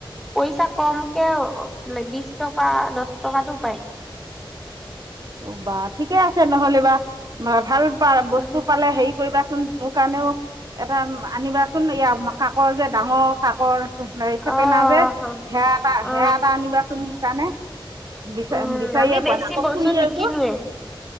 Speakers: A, in the centre; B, on the right.
A: পইচা কমকে বোলে বিশ টকা, দহ টকাতটো পায়।
B: অ বা ঠিকে আছে নহ'লে বা-বা ভাল বস্তু
A: উম
B: পালে হেৰি কৰিবা চোন তোৰ কাৰণেও এটা আনিবাচোন ই কাকৰ যে ডাঙৰ কাকৰ চাপে
A: অ
B: না যে
A: অ
B: সেয়া এটা-সেয়া
A: অ
B: এটা আনিবাচোন মোৰ কাৰণে। বিচা-বিচাৰি
A: উম আমি বেছি
B: পুৱানাই। আকৌ
A: বস্তু
B: ফুলি
A: নিকিনোৱে
B: এযোৰ,